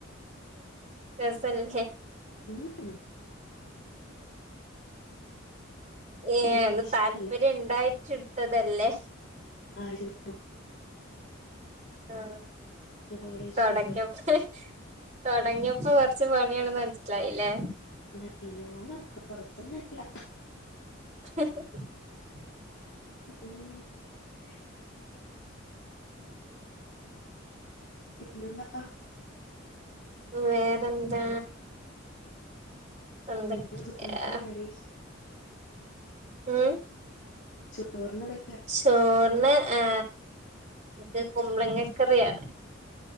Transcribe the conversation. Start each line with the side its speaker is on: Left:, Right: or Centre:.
Right: രസോല്ലെ
Left: ഉം
Right: ഏ
Left: എനിക്കിഷ്ടല്ല
Right: എന്ന താല്പര്യം ഉണ്ടായിട്ടുട് ടുത്തതല്ലേ
Left: ആയിരുന്നു
Right: ആ
Left: കോളേജ്
Right: തുടങ്ങിയപ്പോ
Left: പോരാ
Right: തുടങ്ങിയപ്പോ കൊറച്ചു പണിയൊണ്ടെന്ന് മനസ്സിലായില്ലേ
Left: നല്ലോണം കുറച്ചൊന്നല്ല
Right: <inaudible>
Left: <inaudible> പിന്നെന്താ
Right: വേറെന്താ എന്തൊക്കെയാ
Left: ഇന്നെന്താ ചോറിന്റെ കറി
Right: ഉം
Left: ചോറിനതെ
Right: ചോറിന് ആ ക്ക് കുമ്പളങ്ങക്കറിയാണ്